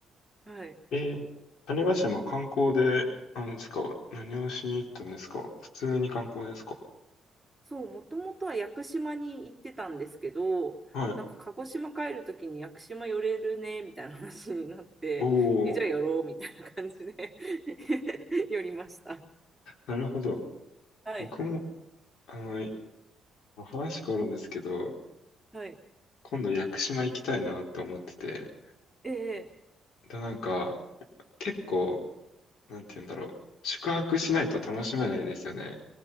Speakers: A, in the centre; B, on the left.
A: はい。
B: ぁ。えー種子島観光で、あのですか何をしに行ったんですか普通に観光ですか
A: そう、もともとは屋久島に行ってたんですけど、
B: はい。
A: なんか鹿児島帰るときに屋久島寄れるねみたいな話になって、
B: おー、
A: <laughs> え、じゃあ寄ろうみたいな感じで <laughs> 寄りました。
B: なるほど。
A: はい。
B: 僕も、あの、話変わるんですけど、
A: はい。
B: 今度屋久島行きたいなって思ってて、
A: ええ
B: だなんか、結構、なんて言うんだろう、宿泊しないと楽しめないですよね。